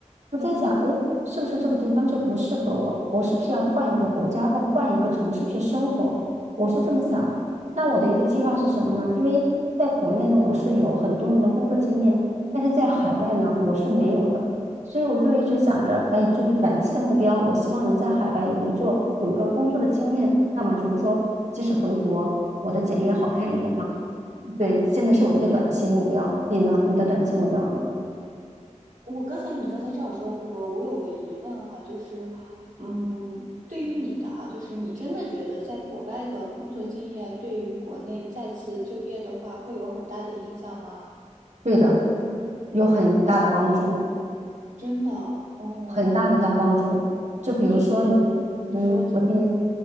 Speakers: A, on the right; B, on the right.
A: 我在想，
B: 嗯，
A: 诶，是不是这个地方就不适合我？我是不是要换一个国家或换一个城市去生活？我是这么想的。那我的一个计划是什么呢？因为在国内呢，我是有很多年的工作经验，但是在海外呢，我是没有的。所以我就一直想着，哎，就是短期的目标，我希望能在海外有一座有个工作的经验。那么就是说，即使回国，我的简历也好看一点嘛。对，现在是我的一个短期目标。你呢？你的短期目标呢？
B: 我刚才你刚才正好说到这个，我有个疑问哈，就是，嗯，对于你的哈，就是你真的觉得在国外的工作经验对于国内再次就业的话会有很大的影响吗？
A: 对的，有很大的帮助。
B: 真的哦，
A: 很大很大帮助。就比如说你，
B: 因为你说，
A: 嗯，我听你，